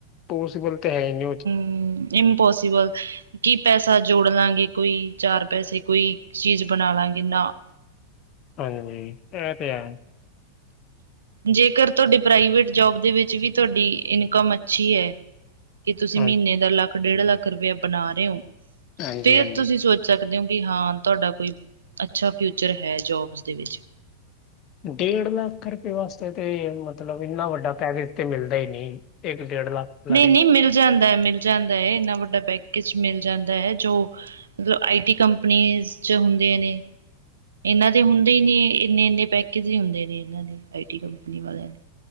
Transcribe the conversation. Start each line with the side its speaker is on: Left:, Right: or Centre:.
Left: ਪੋਸੀਬਲ ਤਾਂ ਹੈ ਹੀ ਨਹੀਂ ਉਹ ਚ।
Right: ਹਮ ਇਮਪੋਸੀਬਲ। ਕੀ ਪੈਸਾ ਜੋੜ ਲਾਂਗੇ ਕੋਈ ਚਾਰ ਪੈਸੇ ਕੋਈ ਚੀਜ਼ ਬਣਾ ਲਾਂਗੇ ਨਾ।
Left: ਹਾਂਜੀ ਇਹ ਤੇ ਹੈ।
Right: ਜੇਕਰ ਤੁਹਾਡੀ ਪ੍ਰਾਈਵੇਟ ਜੋਬ ਦੇ ਵਿੱਚ ਵੀ ਤੁਹਾਡੀ ਇਨਕਮ ਅੱਛੀ ਹੈ। ਕਿ ਤੁਸੀਂ
Left: ਹਾਂ
Right: ਮਹੀਨੇ ਦਾ ਲੱਖ ਡੇਢ ਲੱਖ ਰੁਪਇਆ ਬਣਾ ਰਹੇ ਹੋ
Left: ਹਾਂਜੀ
Right: ਫੇਰ
Left: ਹਾਂਜੀ।
Right: ਤੁਸੀਂ ਸੋਚ। ਪੁ ਸਕਦੇ ਹੋ ਕਿ ਹਾਂ ਤੁਹਾਡਾ ਕੋਈ ਅੱਛਾ ਫਿਊਚਰ ਹੈ ਜੋਬਸ ਦੇ ਵਿੱਚ।
Left: ਡੇਢ ਲੱਖ ਰੁਪਏ ਵਾਸਤੇ ਤੇ ਮਤਲਬ ਇੰਨਾ ਵੱਡਾ ਪੈਕੇਜ ਤੇ ਮਿਲਦਾ ਹੀ ਨਹੀਂ। ਇੱਕ ਡੇਢ ਲੱਖ। ਵਾਲਾ
Right: ਨਹੀਂ
Left: ਤੇ
Right: ਨਹੀਂ ਮਿਲ ਜਾਂਦਾ ਮਿਲ ਜਾਂਦਾ ਹੈ ਇੰਨਾ ਵੱਡਾ ਪੈਕੇਜ ਮਿਲ ਜਾਂਦਾ ਹੈ। ਜੋ ਮਤਲਬ ਆਈ ਟੀ ਕੰਪਨੀ ਚ ਹੁੰਦੇ ਨੇ। ਇਹਨਾਂ ਦੇ ਹੁੰਦੇ ਹੀ ਨੇ ਇੰਨੇ ਇੰਨੇ ਪੈਕੇਜ ਹੀ ਹੁੰਦੇ ਨੇ ਇਹਨਾਂ ਦੇ ਆਈ ਟੀ ਕੰਪਨੀ ਵਾਲਿਆਂ ਦੇ।